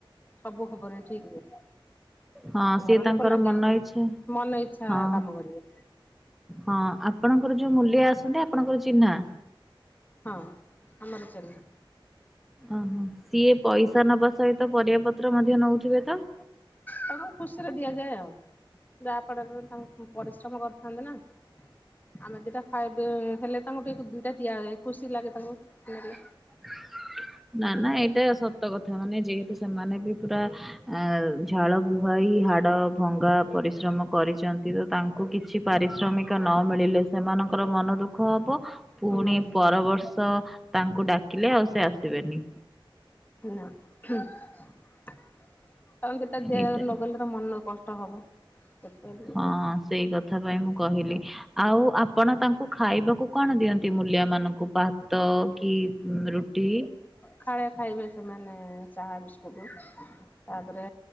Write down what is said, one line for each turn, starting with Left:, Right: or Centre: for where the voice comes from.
Left: ସବୁ ହବନେଇ ଠିକ୍ ରେ।
Centre: ହଁ ସିଏ
Left: ଘର
Centre: ତାଙ୍କର
Left: ଲୋକ ଲାଗିବାକୁ
Centre: ମନ
Left: ପଡିବ
Centre: ଇଚ୍ଛା
Left: ମନ ଇଚ୍ଛା
Centre: ହଁ
Left: କାମ କରିବେ।
Centre: ହଁ ଆପଣଙ୍କର ଯୋଉ ମୂଲିଆ ଆସନ୍ତି ଆପଣଙ୍କର ଚିହ୍ନା।
Left: ହଁ ଆମର ଚିହ୍ନା।
Centre: ଓହୋ ସିଏ ପଇସା ନବା ସହିତ ପରିବା ପତ୍ର ମଧ୍ୟ ନଉଥିବେ ତ।
Left: ତମକୁ ଖୁସିରେ ଦିଆଯଏ ଆଉ। ଯାହାପଡରେ ତାଙ୍କୁ ପରିଶ୍ରମ କରିଥାନ୍ତି ନା। ଆମେ ଦିଟା ଖାଇବେ ହେଲେ ତାଙ୍କୁ ଟିକେ ଦିଟା ଦିଆଯାଏ ଖୁସି ଲାଗେ ତାଙ୍କୁ ନେଲେ।
Centre: <inaudible> ନା ନା ଏଇଟା ସତ କଥା ମାନେ ଯେହେତୁ ସେମାନେ ବି ପୁରା ଆ ଝାଳ
Left: ହୁଁ
Centre: ବୁହାଇ ହାଡ଼ ଭଙ୍ଗା ପରିଶ୍ରମ କରିଚନ୍ତି ତ ତାଙ୍କୁ କିଛି ପାରିଶ୍ରମିକ ନ ମିଳିଲେ। ସେମାନଙ୍କର ମନ ଦୁଃଖ ହବ ପୁଣି
Left: ହୁଁ ମନ
Centre: ପରବର୍ଷ ର୍ଷ ତାଙ୍କୁ ଡାକିଲେ ଆଉ ସେ ଆସିବେନି।
Left: ନାଁ ହୁଁ <unintelligible>
Centre: ଏଇଟା
Left: ଦିଆ ନଗଲେ ମନ କଷ୍ଟ ହବ। ସେଟାବି
Centre: ହଁ ସେଇ କଥ ଥା ପାଇଁ ମୁଁ କହିଲି ଆଉ ଆପଣ ତାଙ୍କୁ ଖାଇବାକୁ କଣ ଦିଅନ୍ତି ମୂଲିଆ ମାନଙ୍କୁ ଭା ତ କି ରୁଟି
Left: ଖାଳେ ଖାଇବେ ସେମାନେ ଚାହା ବିସ୍କୁଟ୍। ତାପରେ